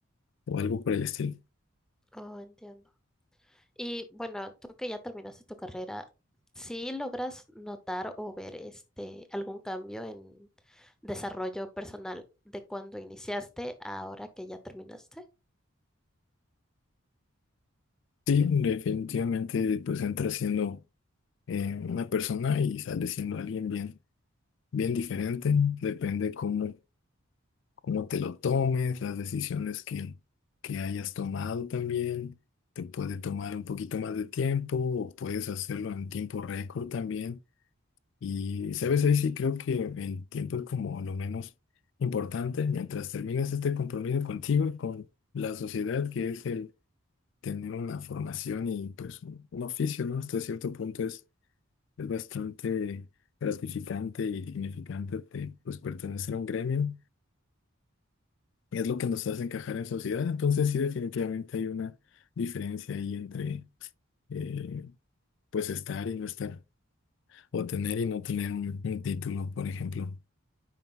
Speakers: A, on the left (about 60°); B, in the centre.
A: o algo por el estilo.
B: Oh, entiendo. Y bueno, tú que ya terminaste tu carrera, ¿sí logras notar o ver este algún cambio en desarrollo personal de cuando iniciaste a ahora que ya terminaste?
A: Sí, definitivamente pues entras siendo eh, una persona y sales siendo alguien bien, bien diferente. Depende cómo, cómo te lo tomes, las decisiones que, que hayas tomado también. Te puede tomar un poquito más de tiempo o puedes hacerlo en tiempo récord también. Y, ¿sabes? Ahí sí creo que el tiempo es como lo menos importante mientras terminas este compromiso contigo y con la sociedad, que es el tener una formación y pues un, un oficio, ¿no? Hasta cierto punto es, es bastante gratificante y dignificante de, pues, pertenecer a un gremio. Y es lo que nos hace encajar en sociedad. Entonces sí, definitivamente hay una diferencia ahí entre, eh, pues, estar y no estar, o tener y no tener un un título, por ejemplo.